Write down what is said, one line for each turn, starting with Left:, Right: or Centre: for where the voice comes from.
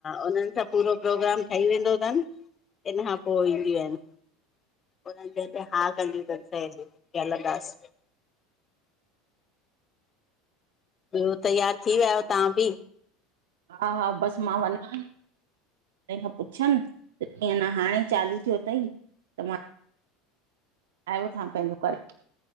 Left: उन्हनि सां पूरो प्रोग्राम ठही वेंदो थन हुनखां पो ईंदियूं आहिनि। उनंद <unintelligible> हां कंदी तस की हलंदास। ॿियो तियार थी विया आहियो तव्हां बि।
Right: हा हा बसि मां वञा तंहिं खां पुछियमि। ई न हाणे चालू थियो अथई त मां आयोठां पंहिंजो करे।